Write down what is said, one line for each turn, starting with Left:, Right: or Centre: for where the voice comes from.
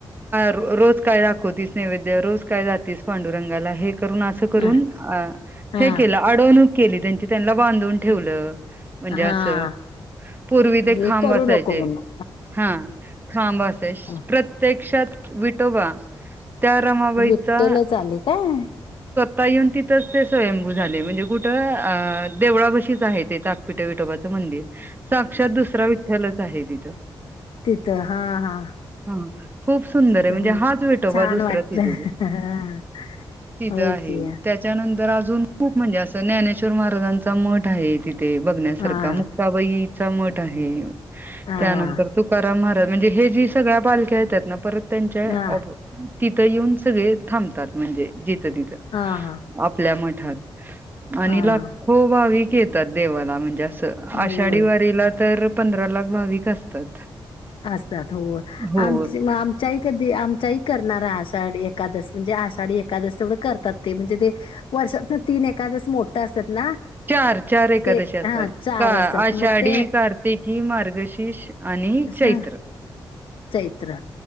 Right: रोज काय दाखवतीस नैवेद्य रोज काय जातीस पांडुरंगाला हे. अस करून
Left: हा हा
Right: हे केलं अडवणूक केली त्यांची त्यांना बांधून ठेवलं. म्हणजे असं.
Left: हा
Right: पूर्वी ते
Left: जे
Right: खांब
Left: करू
Right: असायचे
Left: नको म्हणून
Right: हा खांबय
Left: हा.
Right: प्रत्येक विठोबा त्या रमाबाईचा
Left: विठ्ठलच आले काय
Right: ता येऊन तिथंच ते स्वयंभू झाले म्हणजे कुठं अ देवळा बशीच आहे ते तपिट विटोबाच. मंदिर साक्षात दुसरा विठ्ठ्यालच आहे तिथं.
Left: तिथ हा हा.
Right: हा खूप सुंदर आहे
Left: च-
Right: म्हणजे
Left: हो
Right: हाच विेटोबा
Left: छान
Right: दुसराच
Left: वाटलं
Right: तिथे.
Left: हा
Right: तिथं
Left: होय
Right: आहे
Left: की हा
Right: त्याच्यानंतर अजून खूप म्हणजे असं. ज्ञानेश्वर महाराजांचा मठ आहे तिथे बघण्यासारखा
Left: हा हा
Right: मुक्ताबाईचा मठ आहे.
Left: हा
Right: त्यानंतर तुकाराम महाराज म्हणजे हे जी सगळ्या पालख्या येतात ना परत. त्यां
Left: हा
Right: तिथ येऊन सगळे थांबतात म्हणजे तथ
Left: हा
Right: आपल्या मठात आणि
Left: हा
Right: लाखो भाविक. येतात देवाला म्हणजे असं आषाढी
Left: होय
Right: वारीला तर पंधरा लाख भाविक असतात.
Left: असतात हो
Right: हो
Left: आम आमच्याही कधी आमच्याही करणारा. एकादस म्हणजे आषाढी एकादस तेवढं करतात ते म्हणजे ते वर्षात तीन एकादस मोठं असतात. ना
Right: चार चार एकादशी
Left: ते
Right: असतात
Left: हा चार
Right: का
Left: असतात
Right: आषाढी
Left: मग ते
Right: कार्तिक कि मार्गशीष आणि
Left: असं
Right: चैत्र.
Left: चैत्र